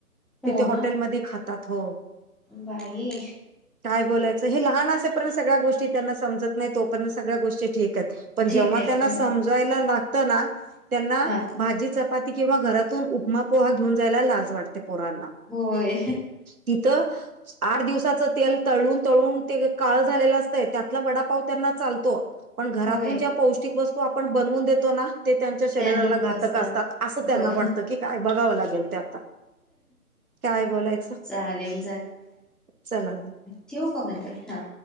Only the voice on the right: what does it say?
तिथे हॉटेलमध्ये
खातात हो
काय बोलात हे लहान असर्ंत सगळ्या गोष्टी त्यांना समजत नाही तोर्ंत सगळ्या गोष्टी क पण
जेव्हा
त्यांना
समजायला लागत ना त्यांना
भाजी ची किंवा घरातून उपमा पोहा घेऊन जायला लाज वाटते पोरांना
तिथं आठ दिवसाच तेल तळून तळून ते काळं झालेलं असतं त्यातला वडापाव त्यांना चालतो पण घरातून
ज्या पौष्टिक वस्तू आपण बनवून देतो ना ते त्यांच्या शरीराला
घातक असतात असं त्यांना
वाटतं की काय बघावं लागेल ते आता काय बोलायचं
चला